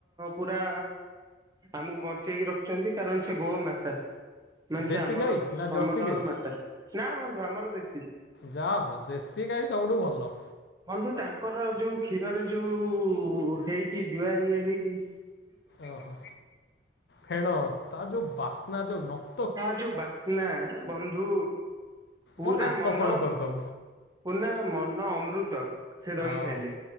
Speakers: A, on the right; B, on the left.
A: ପୁରା ଆମକୁ ବଞ୍ଚେଇକି ରଖଚନ୍ତି କାରଣ ସେ ଗୋମାତା। ମାନେ
B: ଦେଶୀ
A: ସେ ଆମର
B: ଗାଈ
A: ଗ ସମତକର
B: ନା ଜର୍ସି ଗାଈ
A: ମାତା ନା ବନ୍ଧୁ ଆମର ଦେଶୀ।
B: ଯା ହ ଦେଶୀ ଗାଈ ସବୁଠୁ ଭଲ।
A: ବନ୍ଧୁ ତାଙ୍କର ଯୋଉ କ୍ଷୀରରେ ଯୋଉ ହେଇଚି ଜୁଆ ଇଏ ହେଇଚି
B: ଓହୋ ଫେଣ ତା ଯୋଉ ବାସ୍ନା ଯୋଉ ନ
A: ତାର୍ ଯୋଉ ବାସ୍ନା ବନ୍ଧୁ ପୁରା
B: ମୋ ନାକ
A: ମନ
B: କଣ କରିଦବ
A: ପୁନା ମନ ଅମୃତ ସେ ରହି
B: ହଁ
A: ଖାଇଲେ